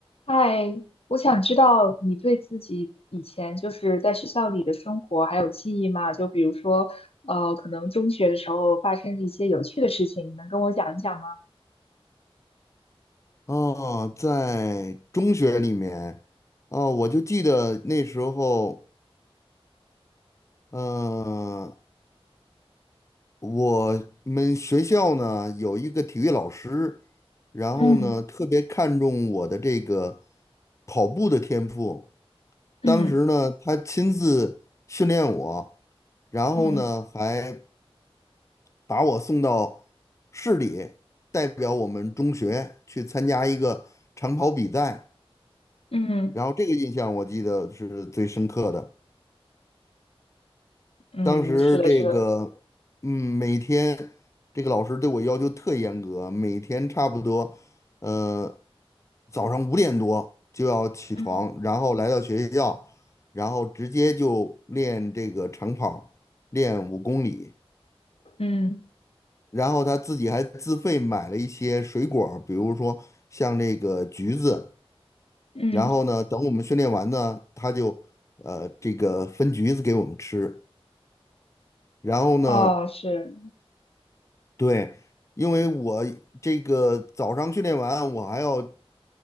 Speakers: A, on the left; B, on the left.
A: 嗨，我想知道你对自己以前就是在学校里的生活还有记忆吗？就比如说，呃，可能中学的时候发生的一些有趣的事情，你能跟我讲一讲吗？
B: 哦，在中学里面，哦，我就记得那时候，呃，我们学校呢有一个体育老师，然后呢特别看重我的这个
A: 嗯
B: 跑步的天赋。
A: 嗯
B: 当时呢，他亲自训练我，然后呢还
A: 嗯
B: 把我送到市里，代表我们中学去参加一个长跑比赛。
A: 嗯
B: 然后这个印象我记得是最深刻的。
A: 嗯，
B: 当时这个，
A: 是的，是的，
B: 嗯，每天这个老师对我要求特严格，每天差不多，呃，早上五点多就要起床，
A: 嗯
B: 然后来到学校，然后直接就练这个长跑，练五公里。
A: 嗯
B: 然后他自己还自费买了一些水果儿比如说像这个橘子。
A: 嗯
B: 然后呢，等我们训练完呢，他就呃这个分橘子给我们吃。然后呢，
A: 哦，是，
B: 对，因为我这个早上训练完，我还要